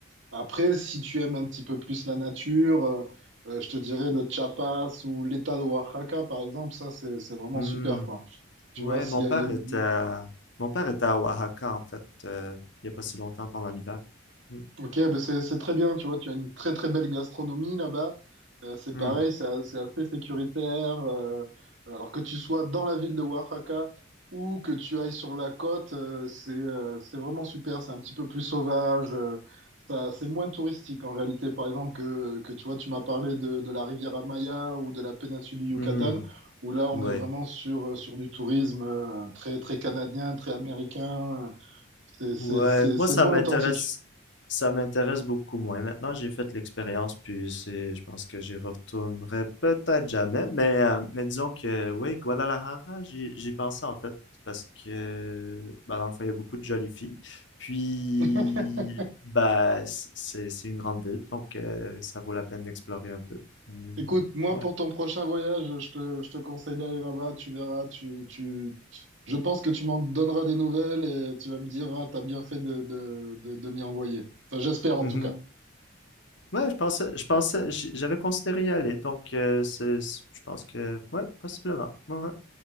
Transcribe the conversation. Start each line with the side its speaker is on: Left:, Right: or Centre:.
Right: Après, si tu aimes un petit peu plus la nature, euh, euh, je te dirais le Chiapas ou l'État de Oaxaca, par exemple, ça, c'est, c'est vraiment
Left: Hmm.
Right: super, quoi. Tu
Left: Ouais,
Right: vois, s'il
Left: mon
Right: y
Left: père
Right: a, il y a une-
Left: était à... mon père était à Oaxaca en fait, euh, il y a pas si longtemps pendant l'hiver. Hmm.
Right: Ok, bah c'est c'est très bien, tu vois, tu as une très très belle gastronomie là-bas. Euh, c'est
Left: Hmm.
Right: pareil, c'est a- c'est assez sécuritaire. euh, alors que tu sois dans la ville de Oaxaca ou que tu ailles sur la côte, euh, c'est euh, c'est vraiment super, c'est un petit peu plus sauvage. euh, ça, c'est moins touristique en réalité, par exemple, que, que tu vois, tu m'as parlé de, de la Riviera Maya ou de la péninsule du Yucatan,
Left: Hmm.
Right: où là on
Left: Ouais.
Right: est vraiment sur, euh, sur du tourisme euh, très, très canadien, très américain. C'est c'est-
Left: Ouais,
Right: c'est-
Left: moi
Right: c'est
Left: ça
Right: moins
Left: m'intéresse
Right: authentique.
Left: ça m'intéresse beaucoup moins. Maintenant, j'ai fait l'expérience puis c'est je pense que j'y retournerai peut-être jamais, mais euh, mais disons que oui, Guadalajara, j'y j'y pensais en fait parce que bah dans le fond, il y a beaucoup de jolies filles. Puis
Right: <laughs>
Left: bah c'est c'est une grande ville, donc euh, ça vaut la peine d'explorer un peu. Mhm.
Right: Écoute, moi,
Left: Ouais.
Right: pour ton prochain voyage, je te, je te conseille d'aller là-bas. Tu verras, tu, tu, tu- je pense que tu m'en donneras des nouvelles et tu vas me dire, ah, t'as bien fait de, de, de, de m'y envoyer. Enfin, j'espère en
Left: Mhm.
Right: tout cas.
Left: Ouais, je pensais, je pensais, j- j'avais considéré y aller, donc euh, c'est, je pense que, ouais, possiblement. Ouais.